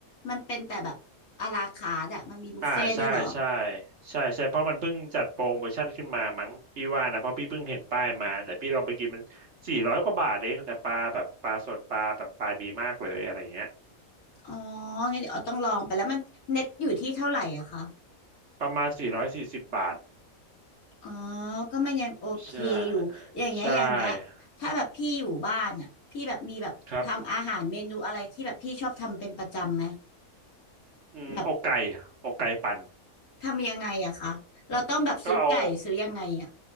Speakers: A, on the left (about 80°); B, on the right (about 55°).
A: มันเป็นแต่แบบอะลาคาร์ทอะมันมีบุฟเฟ่ต์ด้วยเหรอ
B: อ่าใช่ใช่ใช่ ใช่เพราะมันเพิ่งจัดโปรโมชั่นขึ้นมามั้ง พี่ว่านะเพราะพี่เพิ่งเห็นป้ายมาแต่พี่ลองไปกินมันสี่ร้อยกว่าบาทเองแต่ปลาแบบปลาสดปลาแบบปลาดีมากเลยอะไรเงี้ย
A: อ๋องั้นเดี๋ยวอ้อต้องลองไปแล้วมันเน็ตอยู่ที่เท่าไหร่อะคะ
B: ประมาณสี่ร้อยสี่สิบบาท
A: อ๋อก็มันยังโอเคอยู่
B: ใช่
A: อย่างเงี้ยอย่างเงี้ยถ้าแบบพี่อยู่บ้านอ่ะพี่แบบมีแบบทำอาหารเมนูอะไรที่แบบพี่ชอบทำเป็นประจำไหม
B: ใช่ครับอืมอกไก่
A: แบบ
B: อกไก่ปั่น
A: ทำยังไงอะคะเราต้องแบบซื้อไก่ซื้อยังไงอะ
B: ก็เอา